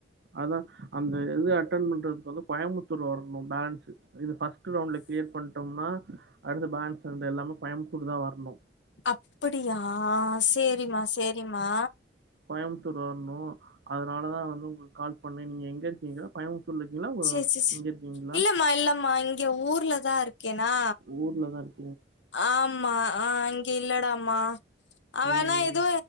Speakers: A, on the right; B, on the left.
A: அதுதா அந்த இது அட்டன் பண்றதுக்கு வந்து கோயம்புத்தூர் வரணு பேலன்ஸு இது பஸ்ட் ஃபஸ்டு ரவுண்டுல கிளியர் பண்ட்டம்ன்னா அடுத்து பேன்ஸ் வந்து எல்லாமே கோயம்பத்தூர் தா வரணு
B: அப்படியா சேரிமா சேரிம்மா
A: கோயமுத்தூர் வரணு அதனால தா வந்து உங்களுக்கு கால் பண்ணே நீங்க எங்க இருக்கீங்க கோயம்புத்தூர்ல இருக்கீங்களா ஓ,
B: சேர் சே ஸ்
A: இங்க இருக்கீங்களா
B: இல்லமா இல்லமா இங்க ஊர்ல தா இருக்கேனா
A: ஊர்ல தா இரு
B: ஆம்மா ஆ இங்க இல்லடாமா அவனா
A: ம்
B: எது